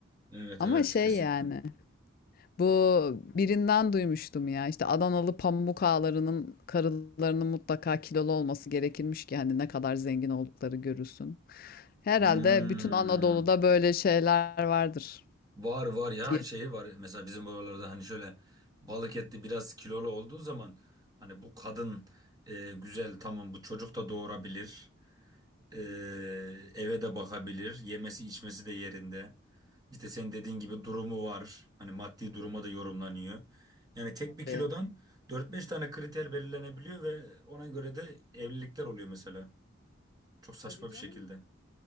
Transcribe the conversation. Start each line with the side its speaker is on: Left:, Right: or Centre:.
Right: Evet
Left: Ama
Right: evet
Left: şey
Right: kesinlikle.
Left: yani bu birinden duymuştum ya işte Adanalı pamuk ağalarının karılarının mutlaka kilolu olması gerekirmiş ki hani ne kadar zengin oldukları görülsün. Herhalde
Right: Hmm.
Left: bütün Anadolu'da böyle şeyler vardır
Right: Var var ya
Left: diye.
Right: şey var mesela bizim buralarda hani şöyle balık etli biraz kilolu olduğu zaman hani bu kadın e, güzel tamam bu çocuk da doğurabilir. Ee,
Left: Hmm,
Right: eve de bakabilir. Yemesi içmesi de yerinde. İşte senin dediğin gibi durumu var. Hani maddi duruma da yorumlanıyor. Yani tek
Left: tabii.
Right: bir kilodan dört beş tane kriter belirlenebiliyor ve ona göre de evlilikler oluyor mesela. Çok saçma
Left: Tabii canım
Right: bir şekilde.